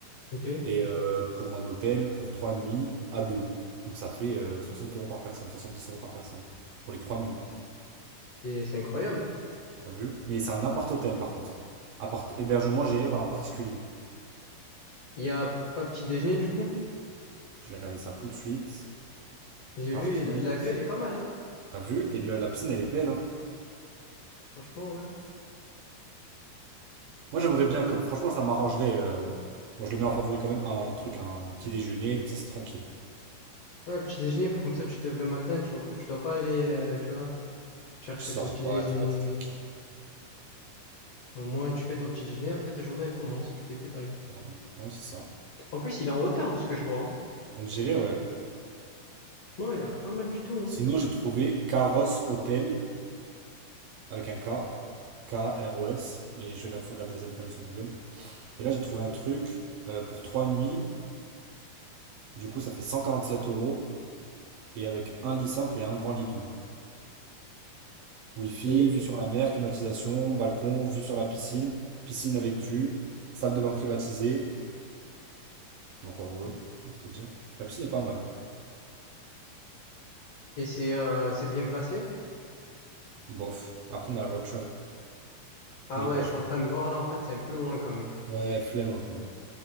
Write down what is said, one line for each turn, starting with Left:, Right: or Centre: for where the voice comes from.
Left: Ok.
Right: Et euh, pour un hôtel, pour trois nuits, à deux. Donc ça fait euh, 60 euros par personne, 70 euros par personne. Pour les trois nuits.
Left: Et c'est incroyable.
Right: T'as vu? Mais c'est un appart-hôtel par contre. Appart hébergement géré par un particulier.
Left: Il y a pas petit déjeuner, du coup.
Right: Je vais regarder ça tout de suite.
Left: J'ai
Right: Parking.
Left: vu, et la, la vue, elle est pas mal, hein.
Right: T'as vu? Et le- la piscine, elle est belle, hein.
Left: Franchement, ouais.
Right: Moi, j'aimerais bien, comme franchement, ça m'arrangerait. euh, Moi, je le mets en favori quand même, un truc, un petit déjeuner, comme ça, c'est tranquille.
Left: Ouais, petit déjeuner, comme ça, tu te lèves le matin, tu vois pas, tu dois pas aller, euh, tu vois, chercher
Right: Tu sors
Left: ton petit
Right: pas,
Left: déjeuner.
Right: tu vois, t'es tranquille.
Left: Au moins, tu fais ton petit déjeuner, après ta journée, elle commence, tu fais tes pailles.
Right: clairement. Ouais, c'est ça.
Left: En plus, il est en hauteur de ce que je vois. hein.
Right: On dirait, ouais.
Left: Ouais, il a l'air pas mal du tout. hein.
Right: Sinon, j'ai trouvé Caros Hotel, avec un K, K-R-O-S, mais je regarde, faut regarder les avis quand même sur Google. Et là, j'ai trouvé un truc euh, pour trois nuits, du coup, ça fait 147 euros, et avec un lit simple et un grand lit double. Wi-Fi,
Left: Et,
Right: vue sur la mer, climatisation, balcon, vue sur la piscine, piscine avec vue, salle de bain privatisée. Encore heureux, j'ai envie de te dire. La piscine est pas mal.
Left: et c'est euh, c'est bien placé?
Right: Bof. Après, on a la voiture.
Left: Ah
Right: Mais
Left: ouais,
Right: bof.
Left: je suis en train de voir là, en fait, c'est un peu loin quand même.
Right: Ouais, flemme un peu.